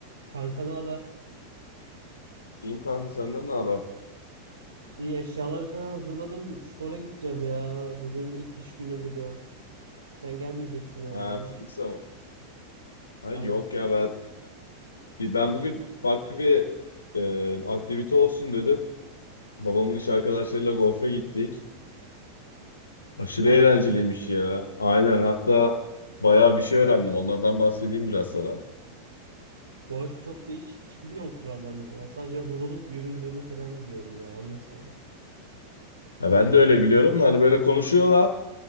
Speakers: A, on the right; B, on the left.
A: Kanka ne haber?
B: İyiyim kanka senden ne haber?
A: İyi eşyaları falan hazırladım. Spora gideceğim ya. Bugün bir itiş günü biliyorum. Sen gelmeyeceksin herhalde.
B: Ha, fitness ama. Ha,
A: Aynen.
B: yok ya ben ben bugün farklı bir e, aktivite olsun dedim. Babamın iş arkadaşlarıyla golfe gittik. Aşırı
A: Golf.
B: eğlenceliymiş ya. Aynen hatta bayağı bir şey öğrendim. Onlardan bahsedeyim biraz sana.
A: Golf çok değişik. Hiç bilmiyorum kurallarını falan. Sadece vurulup yüründüğünü falan biliyorum ya. Anlatsana.
B: Ha, ben de öyle biliyorum da hani böyle konuşuyorlar.